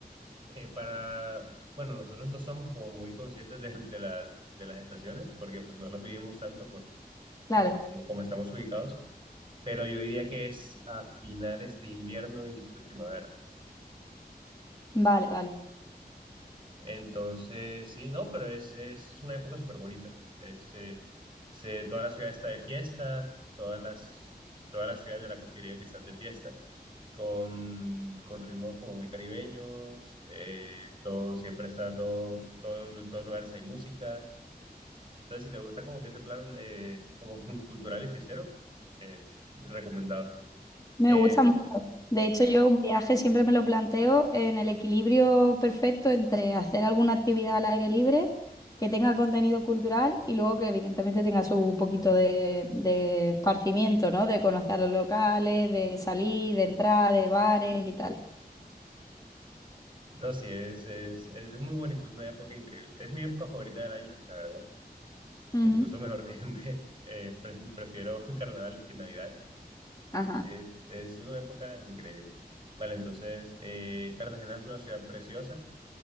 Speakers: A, on the right; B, on the left.
A: eh, para, bueno, nosotros no somos como muy conscientes de, de las, de las estaciones porque pues no las vivimos tanto por,
B: claro.
A: por como como estamos ubicados. pero yo diría que es a finales de invierno, inicios de primavera.
B: Vale, vale.
A: Entonces, sí, no, pero es, es, es una época súper bonita. De hecho, se, se- toda la ciudad está de fiesta, todas las, todas las ciudades de la costería que están de fiesta, con, con ritmos como muy caribeños, eh, todo, siempre está todo, todo, en todos los lugares hay música. Entonces, si te gusta como que ese plan eh, como <laughs> cultural y fiestero, es recomendado.
B: Me
A: Eh,
B: gusta mucho. De hecho, yo un viaje siempre me lo planteo en el equilibrio perfecto entre hacer alguna actividad al aire libre, que tenga contenido cultural y luego que evidentemente tenga su poquito de, de esparcimiento, ¿no? De conocer a los locales, de salir, de entrar, de bares y tal.
A: No, sí, es, es, es muy bonito, es una época increíble. Es mi época favorita del año, la verdad.
B: Ujú.
A: Incluso mejor, <laughs> me- eh, pre- prefiero <laughs> carnavales que navidades.
B: Ajá.
A: Es, es una época increíble. Vale, entonces, eh, Cartagena es una ciudad preciosa.